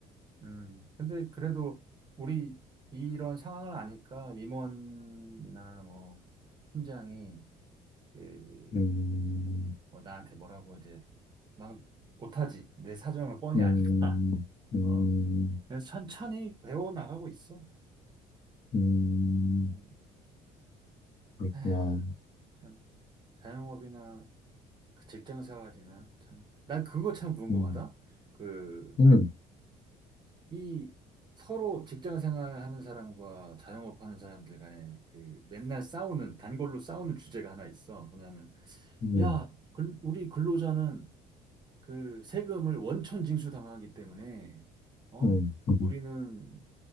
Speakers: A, on the right; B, on the left.
A: 음, 근데 그래도 우리 이런 상황을 아니까 임원이나 뭐 팀장이 그,
B: 음,
A: 뭐 나한테 뭐라고 이제 막 못하지. 내 사정을 뻔히
B: 음,
A: 아니까. <laughs>
B: 음,
A: 어. 그래서 천천히 배워 나가고 있어.
B: 음,
A: 음. <sighs>
B: 그렇구나.
A: 에휴, 참 자영업이나 그 직장 생활이나 참. 난 그거 참 궁금하다.
B: 음,
A: 그
B: 음,
A: 이 서로 직장 생활하는 사람과 자영업 하는 사람들 간에 그 맨날 싸우는 단골로 싸우는 주제가 하나 있어. 뭐냐면
B: 음,
A: 야, 글- 우리 근로자는 그 세금을 원천 징수당하기 때문에 어?
B: 음, 음,
A: 우리는